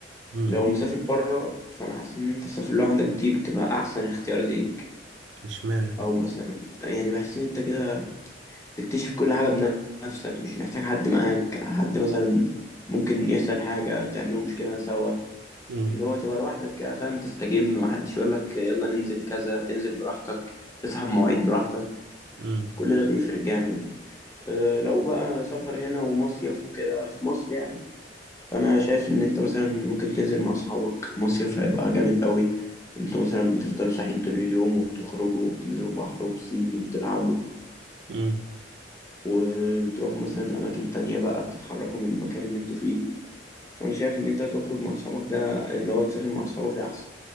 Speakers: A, on the right (about 85°); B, on the left (about 15°).
A: امم
B: لو مسافر بره فانا حاسس ان انت تسافر لوحدك دي بتبقى احسن اختيار ليك
A: مش معنى
B: او مثلا يعني بحس ان انت كده بتكتشف كل حاجه بنفسك مش محتاج حد معاك حد مثلا ممكن يحصل حاجه تعملوا مشكله سوا
A: امم
B: اللي هو تبقى لوحدك كده فاهم تستجم محدش يقول لك يلا ننزل كذا تنزل براحتك تسحب مواعيد براحتك
A: امم
B: كل ده بيفرق جامد أه، لو بقى سفر هنا ومصيف وكده في مصر يعني فانا شايف ان انت مثلا ممكن تنزل مع اصحابك مصيف هيبقى جامد قوي انتوا مثلا بتفضلوا صاحيين طول اليوم وبتخرجوا وبتنزلوا بحر وبسين وبتلعبوا
A: امم
B: وبتروحوا مثلا اماكن تانية بقى بتتحركوا من المكان اللي انتوا فيه فانا شايف ان انت تخرج مع اصحابك ده اللي هو تسافر مع اصحابك ده احسن